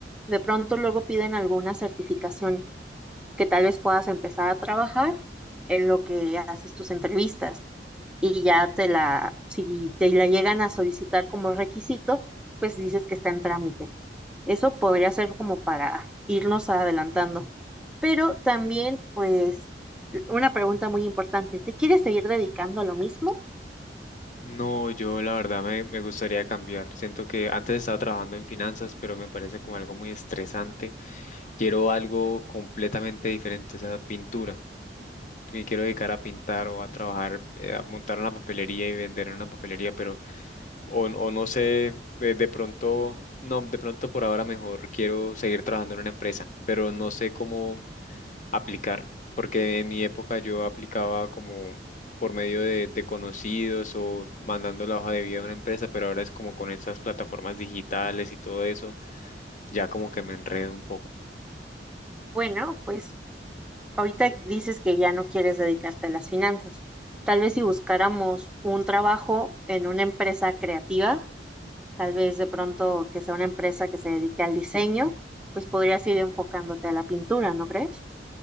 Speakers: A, in the centre; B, on the left.
A: De pronto luego piden alguna certificación que tal vez puedas empezar a trabajar en lo que haces tus entrevistas. y ya te la, si te la llegan a solicitar como requisito, pues dices que está en trámite. Eso podría ser como para irnos adelantando. Pero también, pues, una pregunta muy importante, ¿te quieres seguir dedicando a lo mismo?
B: No, yo la verdad me, me gustaría cambiar. Siento que antes estaba trabajando en finanzas, pero me parece como algo muy estresante. Quiero algo completamente diferente, o sea, pintura. Me quiero dedicar a pintar o a trabajar, eh, a montar una papelería y vender en una papelería, pero o, o no sé, de, de pronto, no, de pronto por ahora mejor quiero seguir trabajando en una empresa, pero no sé cómo aplicar, porque en mi época yo aplicaba como por medio de, de conocidos o mandando la hoja de vida a una empresa, pero ahora es como con esas plataformas digitales y todo eso, ya como que me enredo un poco.
A: Bueno, pues ahorita dices que ya no quieres dedicarte a las finanzas. Tal vez si buscáramos un trabajo en una empresa creativa, Tal vez de pronto que sea una empresa que se dedique al diseño, pues podrías ir enfocándote a la pintura, ¿no crees?